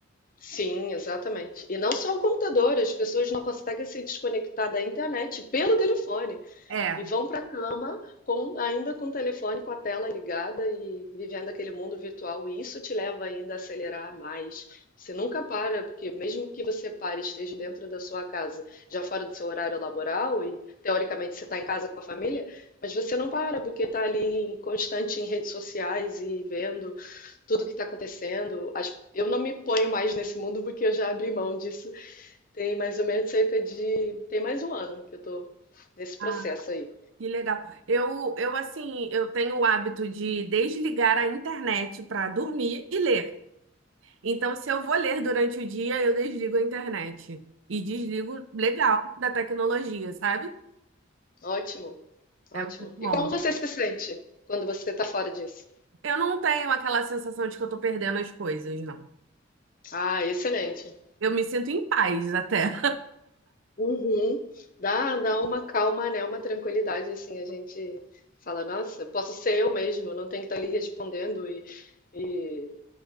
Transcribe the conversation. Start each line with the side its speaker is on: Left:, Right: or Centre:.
Left: Sim, exatamente. E não só o computador, as pessoas não conseguem se desconectar da internet pelo telefone.
Right: É.
Left: E vão para a cama com, ainda com o telefone, com a tela ligada e vivendo aquele mundo virtual. E isso te leva ainda a acelerar mais. Você nunca para, porque mesmo que você pare e esteja dentro da sua casa, já fora do seu horário laboral, e teoricamente você está em casa com a família, mas você não para, porque está ali em- constante em redes sociais e vendo tudo que está acontecendo. As- Eu não me ponho mais nesse mundo porque eu já abri mão disso. Tem mais ou menos cerca de. Tem mais um ano que eu estou nesse processo
Right: Ah,
Left: aí.
Right: que legal. Eu, eu assim, eu tenho o hábito de desligar a internet para dormir e ler. Então, se eu vou ler durante o dia, eu desligo a internet. E desligo legal da tecnologia, sabe?
Left: Ótimo, ótimo.
Right: É muito bom.
Left: E como você se sente quando você está fora disso?
Right: Eu não tenho aquela sensação de que eu tô perdendo as coisas, não.
Left: Ah, excelente.
Right: Eu me sinto em paz até.
Left: Uhum. Dá, dá uma calma, né? Uma tranquilidade, assim, a gente fala, nossa, posso ser eu mesmo, não tenho que estar ali respondendo e, e,